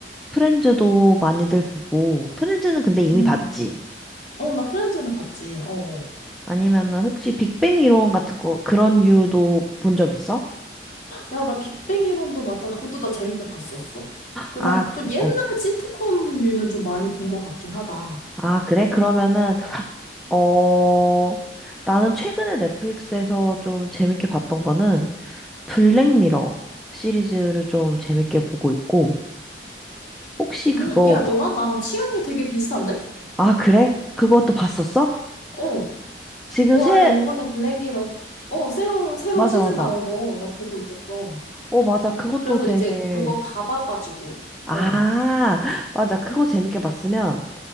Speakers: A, in the centre; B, on the left.
A: 프렌즈도 많이들 보고, 프렌즈는 근데 이미
B: 음.
A: 봤지?
B: 어, 나 프렌즈는 봤지. 어. 어.
A: 아니면은 혹시 빅뱅 이론 같은 거, 그런 류도 본 적 있어?
B: 야, 나 빅뱅 이론도 맞다. 그것도 나 재밌게 봤었어. 그나
A: 아, 그,
B: 좀 옛날
A: 어.
B: 시트콤류는 좀 많이 본 것 같긴 하다.
A: 아, 그래? 그러면은, 어, 나는 최근에 넷플릭스에서 좀 재밌게 봤던 거는 블랙미러 시리즈를 좀 재밌게 보고 있고, 혹시 그거
B: 음, 야, 너랑
A: 봐-
B: 나랑 취향이 되게 비슷한데?
A: 아 그래? 그것도 봤었어?
B: 어.
A: 지금
B: 와,
A: 새
B: 나 요번에 블랙미러, 어, 새로, 새로운
A: 맞아
B: 시즌
A: 맞아.
B: 나온 거 나 보고 있었어.
A: 어 맞아 그것도
B: 그래서
A: 되게
B: 이제 그거 다 봐가지고,
A: 아
B: 어.
A: 맞아 그거 재밌게 봤으면